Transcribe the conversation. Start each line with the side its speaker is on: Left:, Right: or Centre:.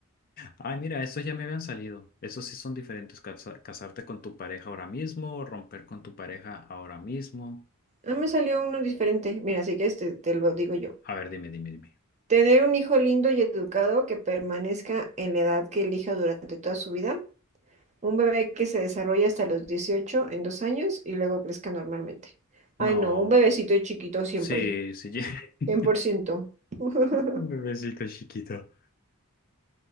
Left: Ay, mira, estos ya me habían salido. Esos sí son diferentes. casa- casarte con tu pareja ahora mismo, romper con tu pareja ahora mismo.
Right: Ah, me salió uno diferente. Mira, así que este te lo digo yo.
Left: A ver, dime, dime, dime.
Right: Tener un hijo lindo y educado que permanezca en la edad que elija durante toda su vida Un bebé que se desarrolla hasta los 18 en dos años y luego crezca normalmente.
Left: No.
Right: Ay, no, un bebecito chiquito siempre.
Left: Sí, sí. <laughs>
Right: cien por ciento <laughs>
Left: Un bebecito chiquito.